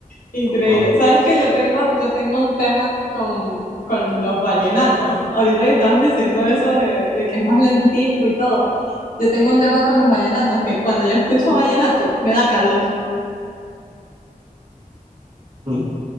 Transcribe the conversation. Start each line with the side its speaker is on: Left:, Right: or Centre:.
Left: Increíble.
Right: Oh, <laughs>
Left: Sabes que yo tengo, yo tengo un tema con, con los vallenatos. Ahorita que estabas diciendo eso de, de que es más lentico y todo. Yo tengo un tema con los vallenatos, que cuando yo escucho vallenato me da calor.
Right: Mm.